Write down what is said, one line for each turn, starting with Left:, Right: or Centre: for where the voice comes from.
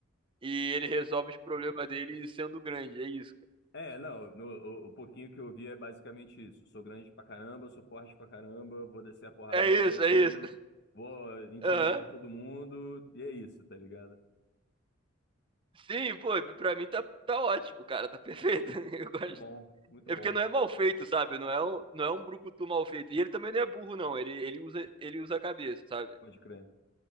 Right: E ele resolve os problemas dele sendo grande, é isso,
Left: É, é, não, no- o, o pouquinho que eu vi é basicamente isso. Sou grande pra caramba, sou forte pra caramba, vou descer a porrada
Right: cara.
Left: em
Right: É
Left: todo
Right: isso, é
Left: mundo,
Right: isso.
Left: vou intimidar
Right: Aham.
Left: todo mundo, e é isso, tá ligado?
Right: Sim, pô, pra mim tá, tá ótimo, cara, tá <laughs> perfeito. Eu gosto.
Left: Muito bom, muito
Right: É
Left: bom,
Right: porque não é mal feito, sabe? Não é um, não é um brucutu mal feito. E ele também não é burro, não. Ele, ele, usa, ele usa a cabeça, sabe?
Left: pode crer.